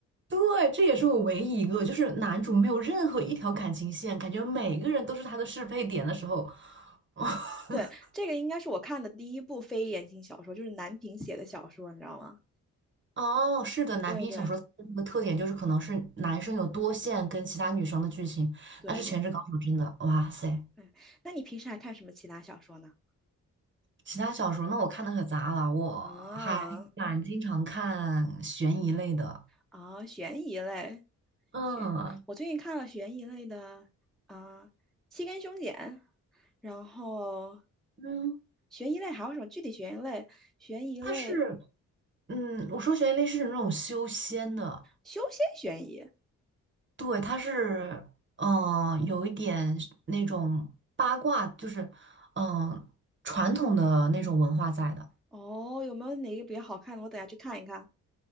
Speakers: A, on the right; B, in the centre.
A: 对，这也是我唯一一个，就是男主没有任何一条感情线，感觉每个人都是他的适配点的时候。<laughs>
B: 对，这个应该是我看的第一部非言情小说，就是南平写的小说，你知道吗？
A: 哦，是的，男频小说它的那个特点就是可能是男生有多线跟其他女生的剧情，
B: 对对对对，
A: 但是《全职高手》真的，哇塞！
B: 哎，那你平时还看什么其他小说呢？
A: 其他小说那我看的可杂了，我还蛮经常看悬疑类的。
B: 啊啊，悬疑类，
A: 嗯
B: 悬，我最近看了悬疑类的啊，《七根凶简然后
A: 嗯，
B: 悬疑类还有什么具体悬疑类？悬疑类，
A: 它是，嗯，我说悬疑类是那种修仙的，
B: 修仙悬疑。
A: 对，它是，嗯、有一点那种八卦，就是，嗯、传统的那种文化在的。
B: 哦，有没有哪个比较好看的？我等下去看一看。